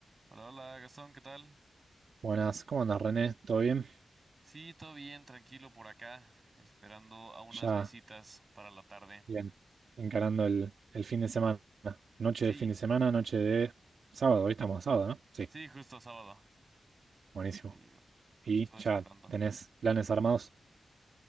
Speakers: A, on the right; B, on the right.
A: Hola, hola Gastón, ¿qué tal?
B: Buenas, ¿cómo andas, René? ¿Todo bien?
A: Sí, todo bien, tranquilo por acá, esperando a unas
B: Ya,
A: visitas para la tarde.
B: bien, encarando el, el fin de semana. Noche
A: Sí,
B: de fin de semana, noche de sábado, hoy estamos a sábado, ¿no? Sí,
A: sí, justo sábado.
B: buenísimo.
A: Digo, justo
B: ¿Y ya
A: esperando.
B: tenés planes armados?